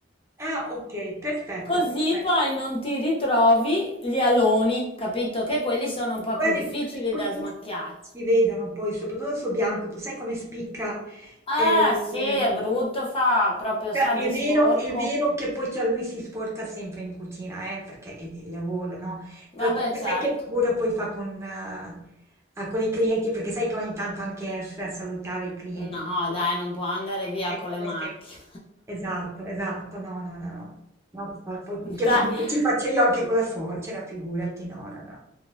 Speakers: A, on the right; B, on the left.
A: Ah, okay, perfetto,
B: Così
A: perfetto.
B: poi non ti ritrovi gli aloni, capito? Che quelli sono un po'
A: Quello
B: più difficili
A: è imp perché poi
B: da
A: quelli
B: smacchiare.
A: si vedono poi, soprattutto su bianco, tu sai come spicca,
B: Eh
A: ehm,
B: sì, è brutto, fa proprio
A: cioè
B: sa
A: è
B: di
A: vero
B: sporco.
A: è vero che poi cioè lui si sporca sempre in cucina, eh, perché è è il lavoro, no,
B: Vabbè,
A: però comunque
B: certo.
A: sai che figura poi fa con ehm, con i clienti, perché sai che ogni tanto anche esce a salutare i clienti,
B: No,
A: Perché
B: dai, non può andare via
A: sai
B: con
A: come
B: le macchine.
A: se Esatto, esatto, no, no, no, no. No, poi- poi che
B: <laughs>
A: figure
B: Dai.
A: ci faccio io anche con la suocera, figurati, no, no, no.